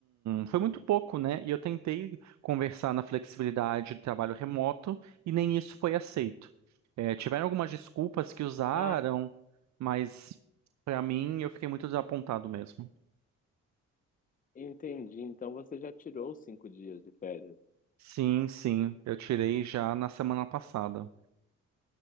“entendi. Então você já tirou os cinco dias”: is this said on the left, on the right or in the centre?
Left